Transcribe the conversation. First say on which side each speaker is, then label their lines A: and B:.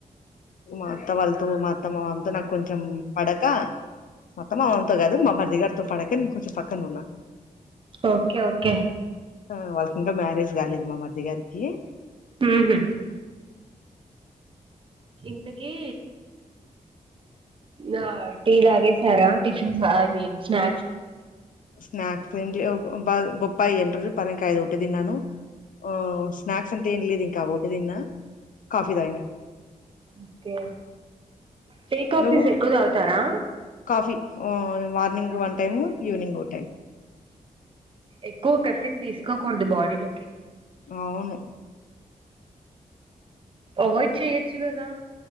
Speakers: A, on the left; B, on the right.
A: మా మత్త వాల్తో మా అత్త మామ నాకు కొంచెం పడక మా అత్త మామతో గాదు మా మరిది గారితో పడక నేను కొంచెం పక్కన ఉన్నా
B: ఓకే ఓకే
A: ఆ వాల్కింకా మ్యారేజ్ గాలేదు మా మరిది గారికి ఇ
B: హ్మ్ హు ఇంతకీ నా టీ తాగేసారా టిఫిన్స్ ఐ మీన్ స్నా
A: స్నాక్స్ ఏం లేవ్ బా బొప్పాయింటరు పరెంకాయ అదు ఉంటే దిన్నాను ఓ స్నాక్స్ అంతేంలేదు క వొటి దిన్నా కాఫీ దాగినా
B: ఓకే టీ కాఫీస్
A: నువ్వు
B: ఎక్కువ తాగుతారా
A: కాఫీ హ్మ్ మార్నింగ్ వన్ టైము ఈవెనింగ్ ఓ టైమ్
B: ఎక్కువ కెఫిన్ తీసుకోకూడదు బాడీలోకి
A: అవును
B: అవాయిడ్ చేయొచ్చు కదా